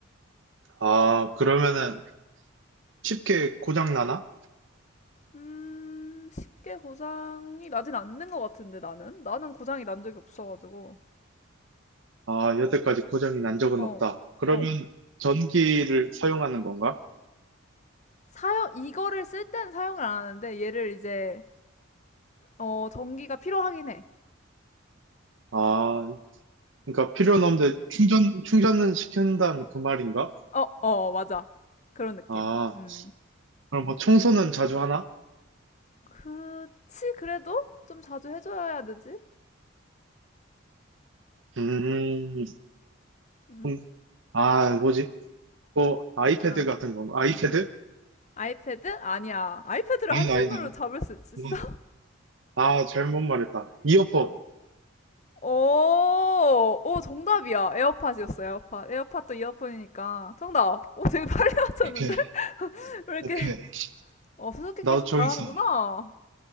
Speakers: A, on the right; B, on the left.
A: 아, 그러면은 쉽게 고장 나나?
B: 음, 쉽게 고장이 나진 않는 것 같은데, 나는? 나는 고장이 난 적이 없어가지고.
A: 아, 여태까지 고장이 난 적은
B: 어,
A: 없다. 그러면
B: 어.
A: 전기를 사용하는 건가?
B: 사용, 이거를 쓸 땐 사용을 안 하는데, 얘를 이제, 어, 전기가 필요하긴 해.
A: 아, 그러니까 필요는 없는데 충전, 충전은 시킨다면 그 말인가?
B: 어, 어, 맞아. 그런 느낌.
A: 아,
B: 음.
A: 그럼 뭐 청소는 자주 하나?
B: 그치, 그래도 좀 자주 해줘야 되지?
A: 음,
B: 음?
A: 음, 아, 뭐지? 뭐 아이패드
B: 어.
A: 같은 건가? 아이패드?
B: 아이패드? 아니야. 아이패드를
A: 아니다,
B: 한 손으로
A: 아니다.
B: 잡을 수 있어?
A: 이건- 아, 잘못 말했다. 이어폰.
B: 오, 오, 정답이야. 에어팟이었어요, 에어팟. 에어팟도 이어폰이니까. 정답. 오, 되게 빨리 <laughs> 맞췄는데?
A: 오케이,
B: <laughs> 왜 이렇게,
A: 오케이.
B: 어, 수수께끼
A: 나도
B: 좀
A: 정했어.
B: 잘하는구나.